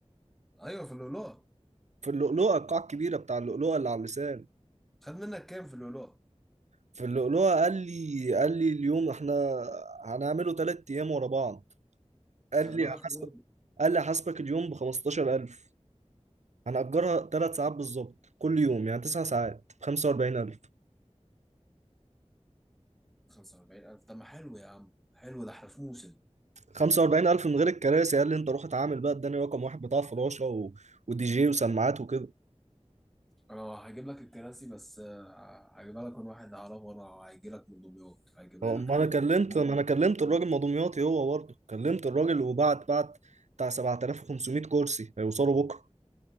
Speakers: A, in the centre; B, on the right.
A: أيوه في اللؤلؤة
B: في اللؤلؤة القاعة الكبيرة بتاع اللؤلؤة اللي على اللسان
A: خد منك كام في اللؤلؤة؟
B: في اللؤلؤة قال لي قال لي اليوم احنا هنعمله تلات ايام ورا بعض قال
A: خلي
B: لي
A: بالك
B: هحاسبك
A: هو
B: قال لي هحاسبك اليوم ب 15000 هنأجرها تلات ساعات بالظبط كل يوم يعني تسع ساعات ب 45000
A: 45000 طب ما حلو يا عم حلو ده احنا في موسم
B: 45000 من غير الكراسي قال لي انت روح اتعامل بقى اداني رقم واحد بتاع فراشة و... ودي جي وسماعات وكده
A: أنا هجيب لك الكراسي بس آه، هجيبها لك من واحد أعرفه وأنا هيجي لك من دمياط هجيبها
B: هو
A: لك
B: ما
A: عادي
B: انا كلمت
A: نعم.
B: ما انا كلمت الراجل مضومياطي هو برضه كلمت الراجل وبعت بعت بتاع 7500 كرسي هيوصلوا بكره